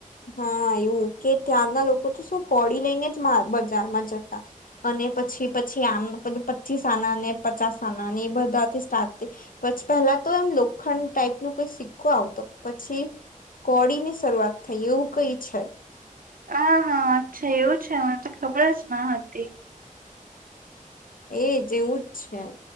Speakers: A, on the left (about 80°); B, on the right (about 85°).
A: હા એવું કે <unintelligible> ના લોકો તો શું <unintelligible> લઈને જ મા બજારમાં જતા અને. પછી પછી આ <unintelligible> પચીસ આના ને પચાસ આના ને એ બધા. સ્ટાર પછી પેલા તો એમ લોખંડ ટાઈપ ન કોઈ સિક્કો આવતો પછી. <unintelligible> ની શરૂઆત થઈ એવું કઈ છે.
B: હ હા અચ્છા એવું છે, મને તો ખબર જ ન હતી.
A: એ જેવું જ છે,